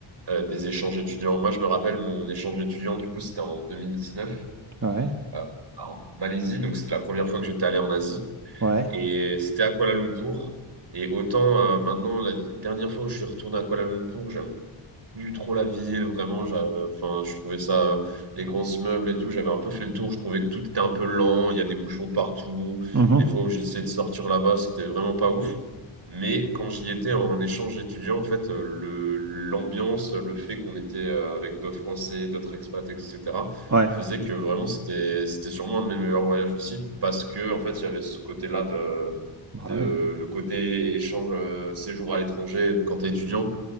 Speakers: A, on the right; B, on the right.
A: euh, des échanges étudiants. Moi, je me rappelle mon échange étudiant, du coup, c'était en 2019
B: Ouais,
A: euh, en Malaisie, donc c'était la première fois que j'étais allé en Asie.
B: ouais.
A: Et c'était à Kuala Lumpur. Et autant euh, maintenant, la dernière fois où je suis retourné à Kuala Lumpur, j'aime plus trop la ville, vraiment, j'a- euh, enfin, je trouvais ça, euh, les grands immeubles et tout, j'avais un peu fait le tour, je trouvais que tout était un peu lent, il y a des bouchons partout,
B: Mhm.
A: les fois où j'essayais de sortir là-bas, c'était vraiment pas ouf. Mais quand j'y étais en échange étudiant, en fait, euh, le, l'ambiance, le fait qu'on était euh, avec d'autres Français, d'autres expats, etc.,
B: Ouais,
A: faisait que vraiment, c'était, c'était sûrement un de mes meilleurs voyages aussi, parce que, en fait, il y avait ce côté-là de,
B: bah
A: de,
B: ouais.
A: le côté échange, euh, séjour à l'étranger quand t'es étudiant,